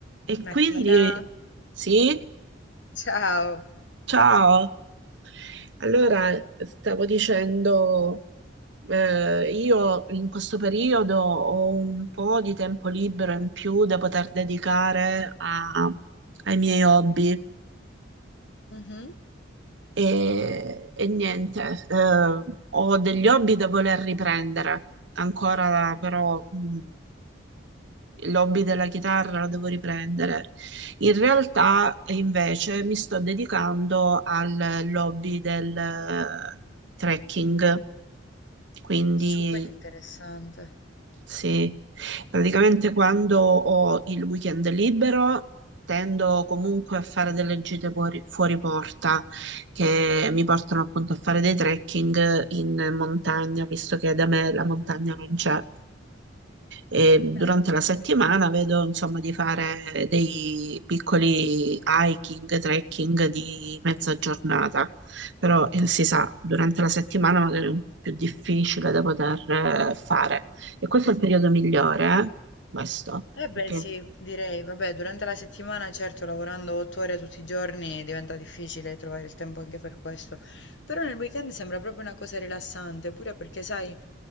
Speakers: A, on the right; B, on the left.
A: E
B: Martina,
A: quindi sì,
B: ciao.
A: ciao. Allora, stavo dicendo, eh, io in questo periodo ho un po' di tempo libero in più da poter dedicare a- ai miei hobby.
B: Mh-mh.
A: E, e niente, eh, ho degli hobby da voler riprendere ancora, però mh, l'hobby della chitarra lo devo riprendere. In realtà, invece, mi sto dedicando al hobby del eh, trekking, quindi
B: Super interessante.
A: sì, praticamente quando ho il weekend libero tendo comunque a fare delle gite fuori, fuori porta che mi portano appunto a fare dei trekking in montagna, visto che da me la montagna non c'è. E durante
B: Bello.
A: la settimana vedo insomma di fare dei piccoli hiking, trekking di mezza giornata, però eh, si sa, durante la settimana magari è un po' più difficile da poter eh, fare. E questo è il periodo migliore, eh? Questo,
B: Eh beh
A: perché
B: sì, direi. Vabbè, durante la settimana, certo, lavorando 8 ore tutti i giorni diventa difficile trovare il tempo anche per questo. Però nel weekend sembra proprio una cosa rilassante, pure perché sai